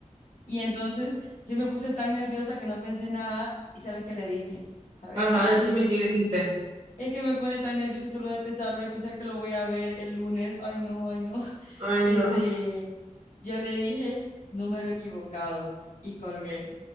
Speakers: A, on the left; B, on the right.
A: Y entonces yo me puse tan nerviosa que no pensé nada y ¿sabes qué le dije? ¿Sabes
B: Ajá,
A: qué le
B: decime
A: dije?
B: qué le dijiste.
A: Es que me pone tan nerviosa solo de pensarlo y pensar que lo voy a ver el lunes. Ay, no, ay, no. <laughs>
B: Ay,
A: Este,
B: no.
A: yo le dije número equivocado y colgué.